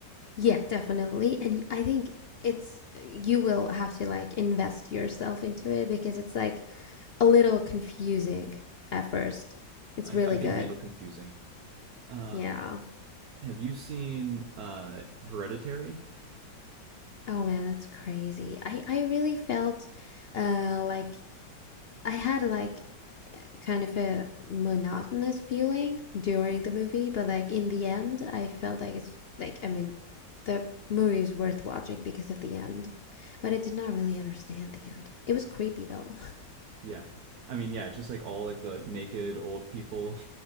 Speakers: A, on the left; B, on the right.
A: Yeah, definitely. And I think it's you will have to like invest yourself into it because it's like a little confusing at first. It's
B: I,
A: really
B: I can
A: good.
B: handle confusing. Um
A: Yeah.
B: have you seen uh Hereditary?
A: Oh man, that's crazy. I I really felt uh like I had like kind of a monotonous feeling during the movie, but like in the end, I felt like it's like I mean, the movie is worth watching because of the end, but I did not really understand the end. It was creepy though. <laughs>
B: Yeah. I mean, yeah, it's just like all like the naked old people